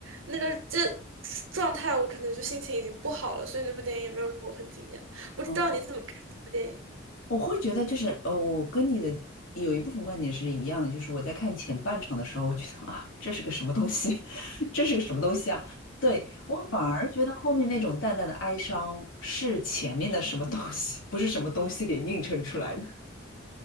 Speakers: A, on the right (about 85°); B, on the left (about 85°).
A: 那个这状态，我可能就心情已经不好了，所以那部电影也没有让我很惊艳。不知道你怎么看这部电影？
B: 嗯。我会觉得就是哦，跟你的有一部分观点是一样的，就是我在看前半场的时候，我觉得啊，这是个什么东西，<laughs> 这是个什么东西啊？对，我反而觉得后面那种淡淡的哀伤是前面的什么东西，不是什么东西给映衬出来的。